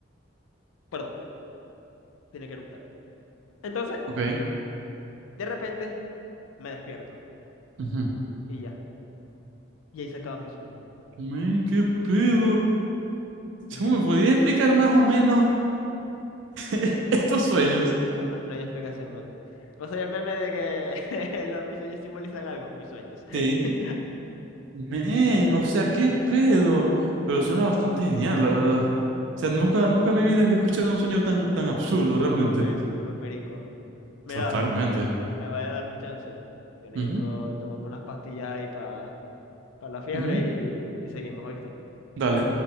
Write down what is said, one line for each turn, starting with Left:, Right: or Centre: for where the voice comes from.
Left: Perdón, tiene que eructar. Entonces,
Right: Ok.
Left: de repente, me despierto
Right: ujú.
Left: y ya. Y ahí se acaba mi sueño.
Right: Men, ¿qué pedo?
Left: Y
Right: ¿Cómo
Left: ya.
Right: me podías explicar más o menos <laughs> estos sueños?
Left: No, no, no hay explicación, man. ¿Vos soy el meme de que <laughs> los, mis sueños simbolizan algo? Mis sueños. <laughs>
Right: Sí. Men, o sea, qué pedo. Pero suena bastante genial, la verdad. O sea, nunca, nunca en mi vida había escuchado un sueño tan, tan absurdo, realmente.
Left: Papi, puro perico. Mira,
Right: Totalmente.
Left: me vaya a dar un chance. yo necesito
Right: Ujú,
Left: tomarme unas pastillas ahí para para la fiebre
Right: ujú.
Left: y, y seguimos, ¿oíste?
Right: Dale.